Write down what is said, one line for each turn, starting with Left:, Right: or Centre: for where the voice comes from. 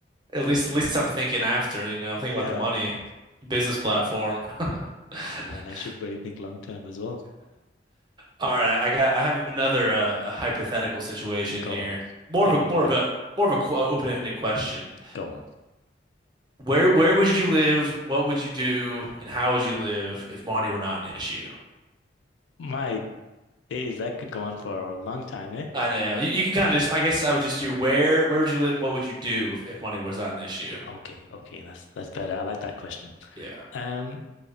Right: At least, at least I'm thinking after, you know, I'm thinking
Left: <laughs>
Right: about the money,
Left: Yeah.
Right: business
Left: Mm.
Right: platform. <laughs> <laughs>
Left: Oh man, I should really think long term as well.
Right: All right, I, I got, I have another uh, a hypothetical situation
Left: Go
Right: here.
Left: on.
Right: More
Left: Hit
Right: of a,
Left: me
Right: more
Left: with
Right: of
Left: it.
Right: a, more of a qu open-ended question.
Left: Go on.
Right: Where, where would you live? What would you do? And how would you live if money were not an issue?
Left: My days, that could go on for a long time, eh?
Right: I know you, you can kind of just, I guess I would just do where, where would you live and what would you do if, if money was not an issue?
Left: Okay, okay, that's that's better. I like that question.
Right: Yeah.
Left: Um,